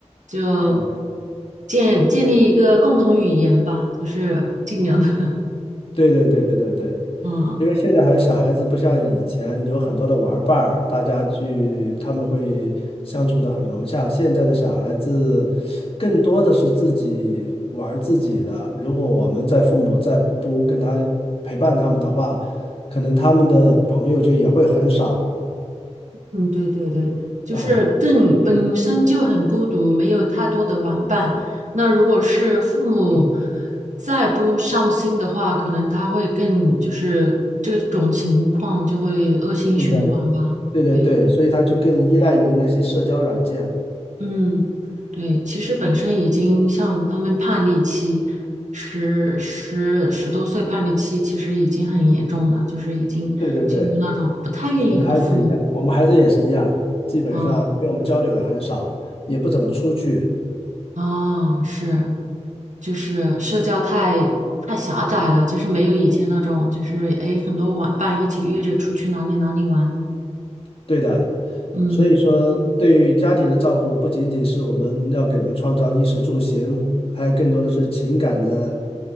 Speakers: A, on the right; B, on the left.
A: 就
B: 嗯，
A: 建建立一个共同语言吧，就是尽量的，<laughs>
B: 对对对对对对，
A: 嗯
B: 因为现在还小孩子不像以前有很多的玩伴儿，大家去他们会相处的很融洽。现在的小孩子更多的是自己玩儿自己的。如果我们在父母再不跟他陪伴他们的话，可能他们的朋友就也会很少
A: 嗯，对对对，就是更本身就很孤独，
B: 啊。
A: 没有太多的玩伴。那如果是父母
B: 嗯，
A: 再不上心的话，可能他会更就是这种情况就会恶性循环吧，
B: 更加对对对，
A: 对。
B: 所以他就更依赖于那些社交软件。
A: 嗯，对，其实本身已经像他们叛逆期，十十十多岁叛逆期，其实已经很严重了，就是已经进入那种不太愿意和父母
B: 对对对，我们的孩子一样，我们孩子也是一样，基本上跟我们交流也很少，
A: 啊
B: 也不怎么出去。
A: 啊，是，就是社交太太狭窄了，就是没有以前那种，就是哎，诶很多玩伴一起约着出去哪里哪里玩，
B: 对的，
A: 嗯，
B: 所以说对于家庭的照顾，不仅仅是我们要给他们创造衣食住行，还有更多的是情感的